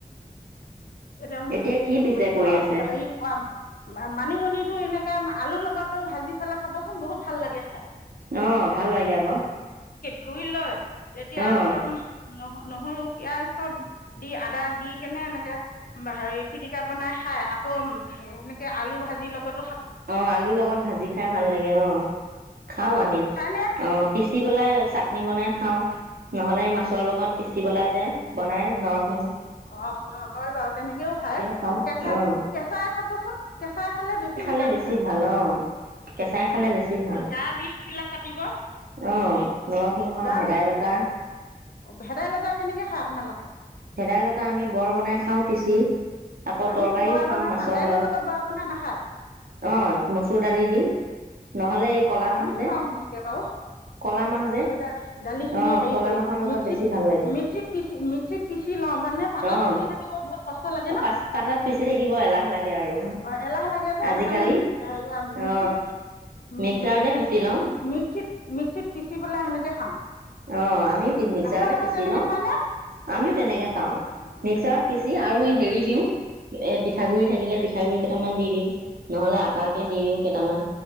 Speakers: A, on the left (about 70°); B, on the right (about 75°).
A: তং
B: এতিয়া কি পিছে
A: মছাম
B: কৰি আছে
A: মানিমুনিটো এনেকে আলু লগটো ভাজি ফেলাই খাবচোন বহুত ভাল লাগে খাই
B: অ ভাল লাগে আকৌ
A: ঘুই লয় তেতিয়া
B: অ
A: একদম নহ নহৰু পিয়াজ চব দি আদা দি কেনে এনেকে হেৰি পিটিকা বনাই খাই আকৌ এেনেকে আলু ভাজিৰ লগত
B: অ আলুৰ লগত ভাজি খাই ভাল লাগে অ খাও
A: ভাল লাগে
B: আমি
A: খাইনে
B: অ পিচি পেলাই চাটনি বনাই খাওঁ নহ'লে মাছৰ লগত পিচিবলা যে বনাই নৰখ
A: অ বাৰু তেনেকেও খাই
B: খাওঁ
A: কেঁচাই
B: অ
A: কেঁচাই খাবচোন কেঁচাই খালে বেছি ভিটামিন
B: খালে বেছি
A: আছে
B: ভাল অ কেঁচাই খালে বেছি ভাল
A: গা বিষ বিলাক কাটিব
B: অ নৰসিংহ
A: গা
B: ভেদাইলতা
A: বিষ ভেদাইলতা কেনেকে খাই আপোনালোকে অ
B: ভেদাইলতা আমি বৰ বনাই খাও পিচি আকৌ
A: আমিও
B: তৰকাৰিও
A: বৰা
B: খাওঁ
A: বনাই
B: মাছৰ
A: দাইলৰ
B: লগত
A: লগত বৰা বনাই নাখায়
B: অ মচুৰ দালি দি নহ'লে এই
A: অ
B: কলা
A: মানুহ
B: মাহ যে
A: খাও সেনেকে বাৰু
B: কলা মাহ
A: মচুৰ
B: যে
A: দাল দালিখিনি
B: অ
A: হেৰি
B: কলা
A: কৰি
B: মাহৰ
A: লওঁ
B: লগত
A: মিক্সিত
B: বেছি ভাল লাগে
A: মিক্সিত পিচি মিক্সিত পিচি লওঁ মানে পাতত
B: অ
A: পিচি থাকিব বহুত কষ্ট লাগে ন
B: পা পাতত পিচি থাকিব এলাহ লাগে আৰু
A: অ এলাহ লাগে যে
B: আজিকালি
A: সেইকাৰণে মিক্সিত
B: অ
A: উ
B: মিক্সাৰতে
A: হেৰি
B: পিচি লওঁ
A: মিক্সিত মিক্সিত পিচি পেলাই সেনেকে খাওঁ
B: অ আমিও মিক্সাৰতে
A: আপোনালোকেও
B: পিচি
A: তেনেকে
B: লওঁ
A: খায়নে
B: আমিও তেনেকে খাওঁ মিক্সাৰত পিচি আৰু এই হেৰি দিওঁ এ পিঠাগুৰি থাকিলে পিঠাগুৰি কেইটামান দি দিও নহলে আটাকে দি দিওঁ কেইটামান